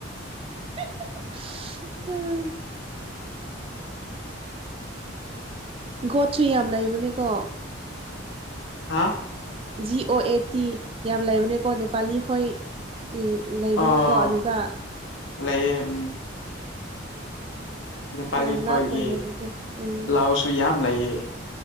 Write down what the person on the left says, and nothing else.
ꯍꯥꯥ
ꯑꯣ
ꯂꯩꯌꯦ ꯎꯝ ꯅꯦꯄꯥꯂꯤ
ꯈꯣꯏꯒꯤ
ꯄ꯭ꯂꯥꯎꯁꯨ ꯌꯥꯝ ꯂꯩꯌꯦ